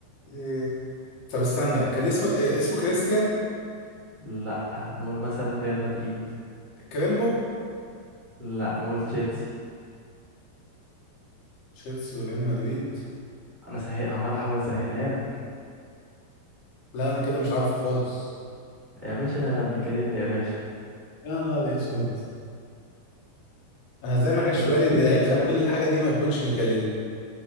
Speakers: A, on the left; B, on the right.
A: إيه... طب استنى كان اسمه إيه؟ اسمه كريستيان
B: لا نقول مثلا ريال مدريد
A: كريمبو
B: لا نقول تشيلسي
A: تشيلسي وريال مدريد
B: انا سهل عمال احاول اسهلها لك
A: لا انا كده مش عارف خالص
B: يا باشا ميكاليل يا باشا
A: يا نهار اسود انا ازاي ما جاش
B: انا
A: في بالي ان
B: 200
A: لعيب
B: دولار
A: خد كل الحاجه دي ما بيكونش ميكاليلي